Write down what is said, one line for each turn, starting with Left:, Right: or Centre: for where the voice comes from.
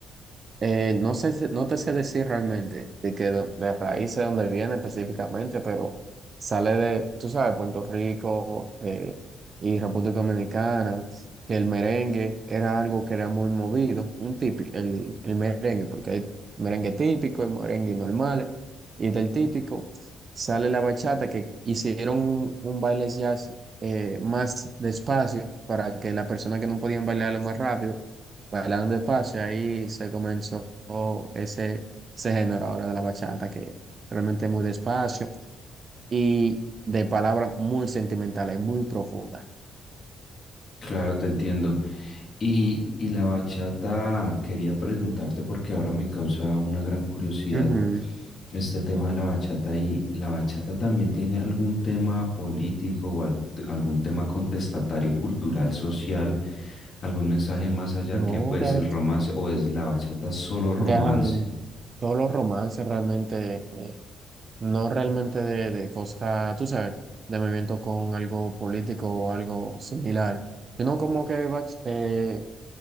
Right: eh, no sé, si- no te sé decir realmente de que de, de raíz de dónde viene específicamente, pero sale de, tú sabes, Puerto Rico eh, y República Dominicana, que el merengue era algo que era muy movido, un típico, el, el merengue, porque hay merengue típico y merengue normal, y del típico sale la bachata, que hicieron un, un baile jazz eh, más despacio para que las personas que no podían bailarlo más rápido bailando despacio, ahí se comenzó ese, ese género ahora de la bachata, que realmente es muy despacio y de palabras muy sentimentales, muy profundas.
Left: Claro, te entiendo. Y, y la bachata, quería preguntarte porque ahora me causa una gran curiosidad
Right: Ujú.
Left: este tema de la bachata y la bachata también tiene algún tema político o al- algún tema contestatario, cultural, social, algún mensaje más allá
Right: No,
Left: que pues
Right: de-
Left: el romance o es la bachata solo romance.
Right: deja el- todos los romances realmente, eh, no realmente de, de cosas, tú sabes, de movimiento con algo político o algo similar, sino como que va eh,